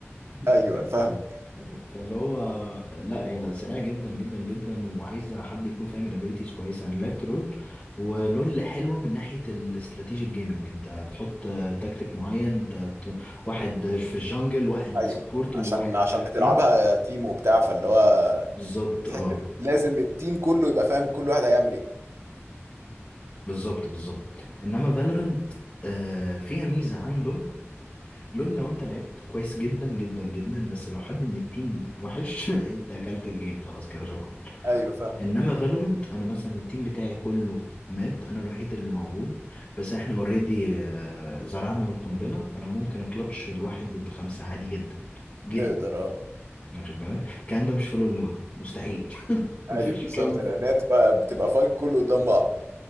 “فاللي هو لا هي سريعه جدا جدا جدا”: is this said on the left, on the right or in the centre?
Left